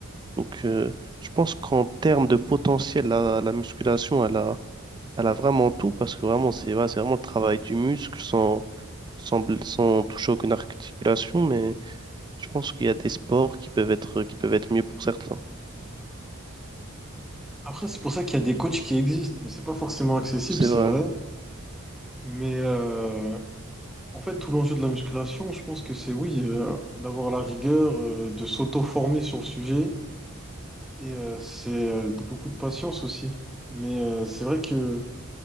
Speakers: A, on the right (about 20°); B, in the centre.
A: Donc euh, je pense qu'en termes de potentiel, la, la musculation, elle a, elle a vraiment tout parce que vraiment, c'est ouais, c'est vraiment le travail du muscle sans, sans, bl- sans toucher aucune articulation, mais je pense qu'il y a des sports qui peuvent être, qui peuvent être mieux pour certains.
B: Après, c'est pour ça qu'il y a des coachs qui existent, mais c'est pas forcément accessible,
A: C'est
B: c'est
A: vrai.
B: vrai. Mais euh, en fait, tout l'enjeu de la musculation, je pense que c'est oui, euh, d'avoir la rigueur, euh, de s'auto-former sur le sujet, et euh, c'est euh, de beaucoup de patience aussi. Mais euh, c'est vrai que